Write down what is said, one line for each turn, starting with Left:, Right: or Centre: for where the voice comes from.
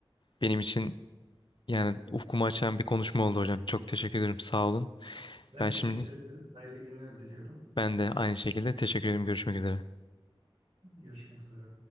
Left: Benim için yani ufkumu açan bir konuşma oldu hocam. Çok teşekkür ederim. Sağ olun.
Right: ben
Left: Ben
Right: teşekkür
Left: şimdi
Right: ederim. Hayırlı günler diliyorum.
Left: Ben de aynı şekilde teşekkür ederim. Görüşmek üzere.
Right: Görüşmek üzere.